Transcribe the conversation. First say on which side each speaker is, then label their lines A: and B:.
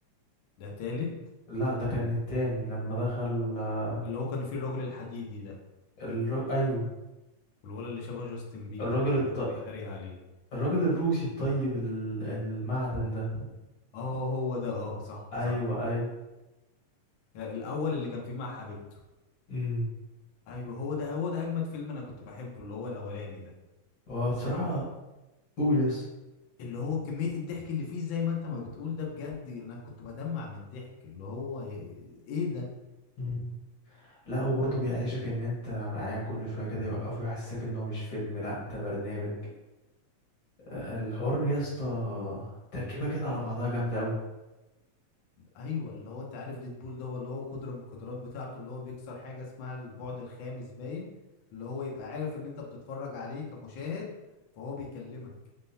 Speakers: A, on the left; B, on the left.
A: ده تالت
B: لا ده كان التاني لما دخل آه،
A: اللي هو كان فيه الراجل الحديدي ده
B: الر... أيوه
A: والولد اللي شبه جاستن بيبر
B: الراجل
A: اللي كان
B: الط...
A: بيفضل يتريق عليه
B: الراجل الروسي الطيب ال- المعدن ده
A: اه هو ده اه صح
B: ايوه
A: صح
B: ايوه
A: لا، الاول اللي كان فيه مع حبيبته
B: امم
A: ايوه هو ده هو ده اجمد فيلم انا كنت بحبه اللي هو الاولاني ده
B: هو بصراحه
A: بسبب
B: قول يس
A: اللي هو كمية الضحك اللي فيه زي ما انت ما بتقول ده بجد انا كنت بدمع من الضحك اللي هو ايه ده
B: امم لا وبرضه بيعيشك ان انت معاه كل شويه كده يوقفه يحسسك ان هو مش فيلم لا ده برنامج آه، الحوار يا اسطى تركيبه كده على بعضها جامده قوي
A: ايوه اللي هو انت عارف ديدبول ده هو اللي هو قدرة من القدرات بتاعته اللي هو بيكسر حاجة اسمها البعد الخامس باين اللي هو يبقى عارف ان انت بتتفرج عليه كمشاهد فهو بيكلمك